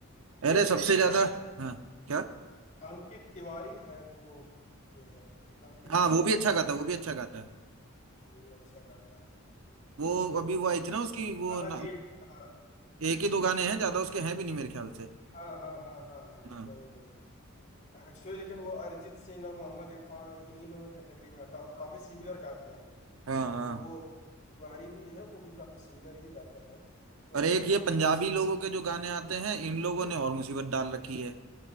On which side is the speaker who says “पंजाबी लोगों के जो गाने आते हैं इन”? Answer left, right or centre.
Right